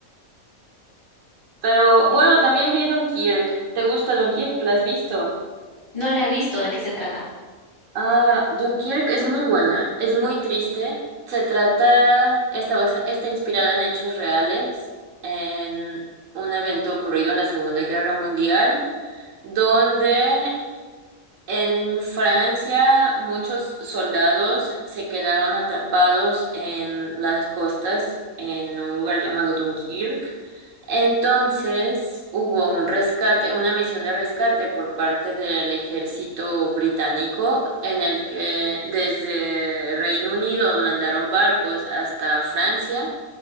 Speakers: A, on the right; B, on the left.
A: Pero bueno, también vi Dunkirk. ¿Te gusta Dunkirk? ¿La has visto?
B: No la he visto. ¿De qué se trata?
A: Ah, Dunkirk es muy buena, es muy triste. Se trata, está, basa- está inspirada en hechos reales, en un evento ocurrido en la Segunda Guerra Mundial. donde en Francia muchos soldados se quedaron atrapados en las costas en un lugar llamado Dunkirk. Entonces hubo un rescate, una misión de rescate por parte del ejército británico en el que desde Reino Unido mandaron barcos hasta Francia